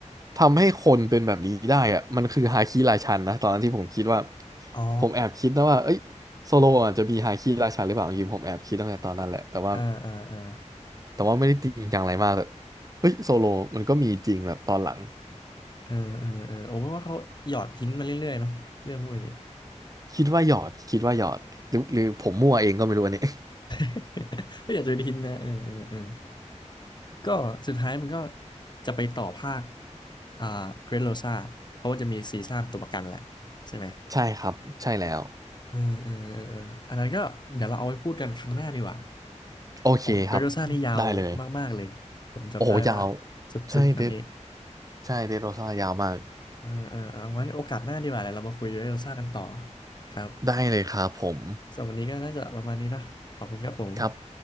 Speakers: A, on the right; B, on the left.
A: ทำให้คนเป็นแบบนี้ได้อะมันคือฮาคิราชันนะ ตอนนั้นที่ผมคิดว่า
B: อ๋อ
A: ผมแอบคิดนะว่าเอ้ยโซโลอาจจะมีฮาคิราชันหรือเปล่าจริงๆผมแอบคิดตั้งแต่ตอนนั้นแหละแต่ว่า
B: อ่าอ่าอ่า
A: แต่ว่าไม่ได้จริงจังอะไรมากเลยเอ้ยโซโลมันก็มีจริงแบบตอนหลัง
B: เออเออเออโอ้เพราะว่าเขาหยอดหินมาเรื่อยๆเนาะเรื่องพวกนี้
A: คิดว่าหยอดคิดว่าหยอดหรือหรือผมมั่วเองก็ไม่รู้อันนี้
B: <laughs> ก็อยากจะเป็นหินนะเออเออเออ ก็สุดท้ายมันก็จะไปต่อภาคอ่าเดรสโรซาเพราะว่าจะมีซีซ่าเป็นตัวประกันแหละใช่ไหม
A: <laughs> ใช่ครับใช่แล้ว
B: เออเออเออเอออันนั้นก็เดี๋ยวเราเอาไว้พูดกันครั้งหน้าดีกว่า
A: โอเคครับ
B: ของเดรสโรซานี่ยาว
A: ได้เลย
B: มากๆเลยผมจำได้ว่า
A: โอ้โหยาว
B: สุดๆอันนี้
A: ใช่เดดใช่เดดโรซ่ายาวมาก
B: เออเออเอาไว้โอกาสหน้าดีกว่าเดี๋ยวเรามาคุยเดรสโรซากันต่อครับ
A: ได้เลยครับผม
B: สำหรับวันนี้ก็น่าจะประมาณนี้เนอะขอบคุณครับผม
A: ครับ